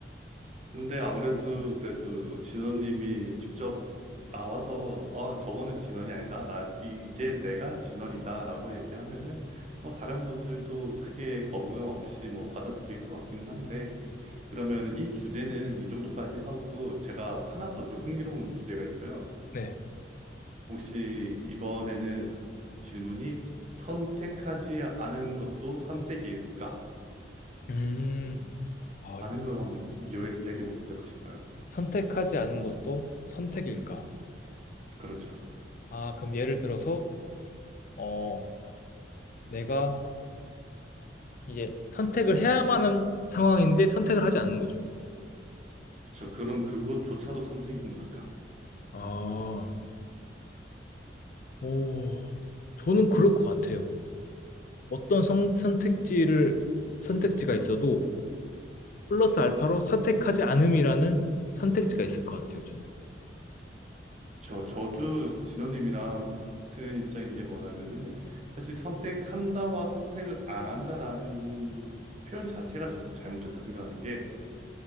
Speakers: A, on the right (about 40°); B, on the left (about 50°).
A: 근데 아무래도 그래도 진원님이 직접 나와서 아 저거는 진원이 아니다 나 이제 내가 진원이다라고 얘기하면은 뭐 다른 분들도 크게 거부감 없이 뭐 받아들일 것 같기는 한데 그러면 이 주제는 이 정도까지 하고 제가 하나 더 좀 흥미로운 주제가 있어요.
B: 네.
A: 혹시 이번에는 질문이 선택하지 않은 것도 선택일까라는
B: 음, 아,
A: 걸 한번 이야기해 보면 어떨까 싶어요.
B: 선택하지 않은 것도 선택일까?
A: 그렇죠.
B: 아, 그럼 예를 들어서, 어, 내가 이제 선택을 해야만 하는 상황인데 선택을 하지 않는 거죠.
A: 그쵸. 그럼 그것조차도 선택인 걸까?
B: 아, 오, 저는 그럴 것 같아요. 어떤 선, 선택지를, 선택지가 있어도 플러스 알파로 선택하지 않음이라는 선택지가 있을 것 같아요, 저는.
A: 저, 저도 진호님이랑 같은 입장인 게 뭐냐면은 사실 선택한다와 선택을 안 한다라는 표현 자체가 저는 좀 잘못됐다 생각하는 게